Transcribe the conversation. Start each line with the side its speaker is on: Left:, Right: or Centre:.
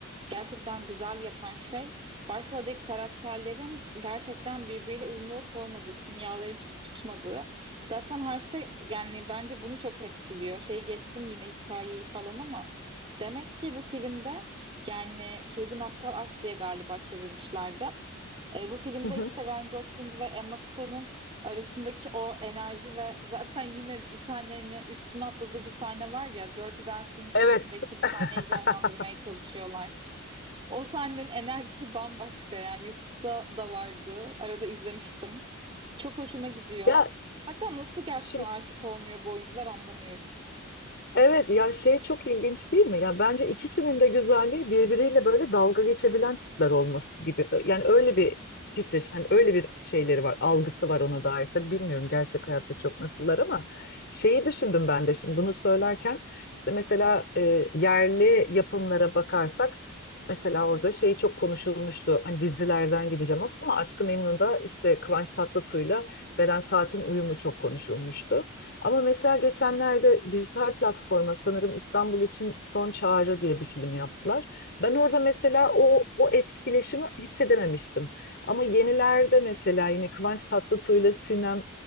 Right: gerçekten güzel yapan şey başroldeki karakterlerin gerçekten birbiriyle uyumlu olup olmadığı, kimyaların tutup tutmadığı. Zaten her şey yani bence bunu çok etkiliyor. Şeyi geçtim yine hikayeyi falan ama demek ki bu filmde yani Çılgın Aptal Aşk diye galiba çevirmişlerdi. E, bu filmde
Left: <laughs>
Right: işte Ryan Gosling ve Emma Stone'un arasındaki o enerji ve zaten yine bir tane hani üstüne atladığı bir sahne var ya Dirty Dancing filmindeki
Left: Evet.
Right: bir
Left: <laughs>
Right: sahneyi canlandırmaya çalışıyorlar. O sahnenin enerjisi bambaşka yani YouTube'da da vardı. Arada izlemiştim. Çok hoşuma gidiyor.
Left: Ya
Right: Hatta nasıl gerçekten
Left: şu
Right: aşık olmuyor bu oyuncular anlamıyorum.
Left: Evet ya şey çok ilginç değil mi? Ya bence ikisinin de güzelliği birbiriyle böyle dalga geçebilen tipler olması gibi. Yani öyle bir titreş, hani öyle bir şeyleri var, algısı var ona dair. Tabii bilmiyorum gerçek hayatta çok nasıllar ama şeyi düşündüm ben de şimdi bunu söylerken işte mesela e, yerli yapımlara bakarsak mesela orada şey çok konuşulmuştu. Hani dizilerden gideceğim ama Aşk-ı Memnu'da işte Kıvanç Tatlıtuğ'la Beren Saat'in uyumu çok konuşulmuştu. Ama mesela geçenlerde dijital platforma sanırım İstanbul için Son Çağrı diye bir film yaptılar. Ben orada mesela o o etkileşimi hissedememiştim. Ama yenilerde mesela yine Kıvanç Tatlıtuğ ile Sinem